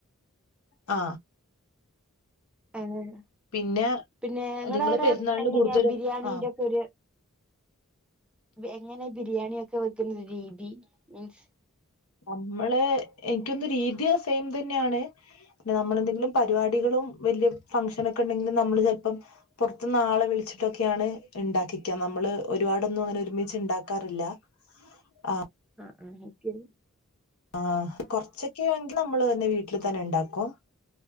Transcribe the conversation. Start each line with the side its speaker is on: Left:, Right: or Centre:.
Left: ആ
Centre: എങ്ങനെ
Left: പിന്നെ
Centre: പിന്നെ ഇങ്ങടവിടെ
Left: നിങ്ങള് പെരുന്നാളിന്
Centre: എങ്ങനെയാ
Left: കൂടുതലും
Centre: ബിരിയാണീന്റെ
Left: ആ
Centre: ക്കെര് എങ്ങനെ ബിരിയാണിയൊക്കെ വെക്കുന്ന രീതി മീൻസ്
Left: നമ്മള് എൻക്കോന്നു രീതി സെയിം തന്നെയാണ്. പിന്നെ നമ്മളെന്തെങ്കിലും പരിപാടികളും വലിയ ഫംഗ്ഷനൊക്കെയു ണ്ടെങ്കിലും നമ്മള് ചെൽപ്പം പൊർത്ത്ന്നാളെ വിളിച്ചിട്ടൊക്കെയാണ് ഇണ്ടാക്കിക്ക നമ്മള് ഒരുപാടൊന്നും അങ്ങനെ ഒരുമിച്ച് ഇണ്ടാക്കാറില്ല ആ
Centre: അ.. അ.. എനിക്ക്
Left: ആ.. കൊറച്ചൊക്കെയാണെങ്കിൽ നമ്മള് തന്നെ വീട്ടിൽ തന്നെയുണ്ടാക്കും.